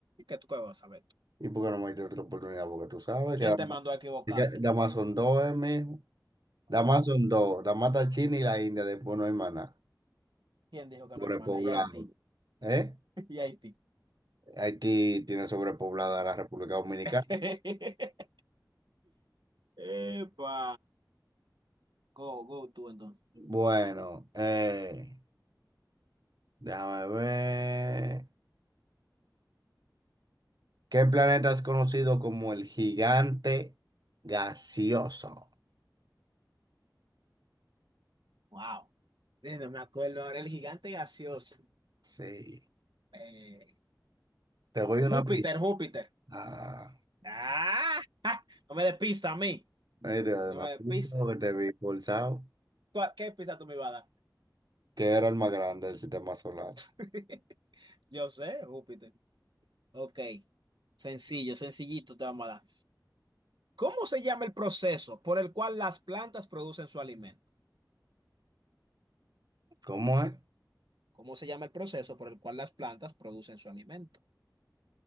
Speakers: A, on the right; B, on the right.
A: ¿Qué tú qué vas a saber? tú?
B: ¿Y por qué no me diste otra oportunidad? Porque tú sabes
A: ¿Quién
B: que Dama-
A: te mandó a equivocarte?
B: que Damas son dos, eh, mijo. Damas
A: No.
B: son dos. Damas está China y la India, después no hay maná.
A: ¿Quién dijo que
B: Sobrepoblado.
A: no, hermana? Y Haití.
B: ¿Eh?
A: <laughs> Y Haití.
B: Haití tiene sobrepoblada a la República Dominicana.
A: <laughs> Epa. Go, go tú entonces.
B: Bueno, eh, déjame ver. ¿Qué planeta es conocido como el gigante gaseoso?
A: Wow. No me acuerdo ahora el gigante gaseoso.
B: Sí.
A: Eh,
B: Te voy una
A: Júpiter,
B: pista.
A: Júpiter.
B: Ah,
A: ¡Ah! <laughs> ja, No me des pista a mí.
B: ahí te doy
A: No
B: una
A: me
B: pista
A: des pista.
B: porque te vi forzado.
A: ¿Tú a- ¿Qué pista tú me ibas a dar?
B: ¿Qué era el más grande del sistema solar?
A: <laughs> Yo sé, Júpiter. Ok, sencillo, sencillito te vamos a dar. ¿Cómo se llama el proceso por el cual las plantas producen su alimento?
B: ¿Cómo es?
A: ¿Cómo se llama el proceso por el cual las plantas producen su alimento?